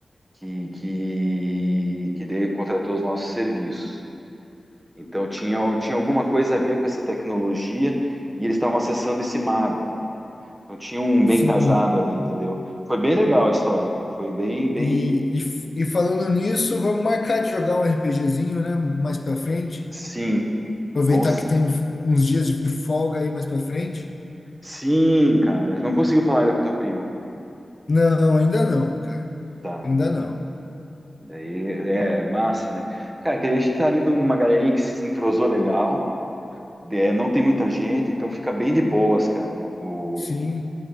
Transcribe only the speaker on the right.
que, que, que daí contratou os nossos serviços. Então tinha, tinha alguma coisa a ver com essa tecnologia e eles estavam acessando esse mago. Então tinha um bem
casado ali, entendeu? Foi bem legal a história, cara. Foi bem, bem.
Sim,
cons-
sim, cara. Não conseguiu falar ainda com o teu primo.
Tá.
E Daí é massa, né? Cara, que daí a gente tá ali num- numa galerinha que se entrosou legal. É, não tem muita gente, então fica bem de boas, cara. O,